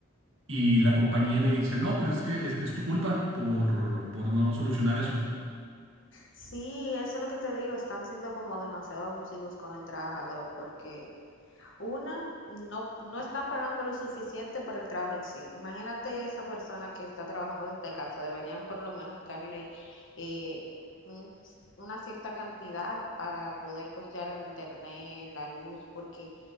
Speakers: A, on the right; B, on the left.
A: Y la compañía le dice, no, pues es que es, es tu culpa por, por no solucionar eso.
B: Sí, eso es lo que te digo, están siendo como demasiado abusivos con el trabajador, porque una, no, no están pagando lo suficiente por el trabajo en sí. Imagínate esa persona que está trabajando desde casa, deberían por lo menos darle eh, un- una cierta cantidad para poder costear el internet, la luz, porque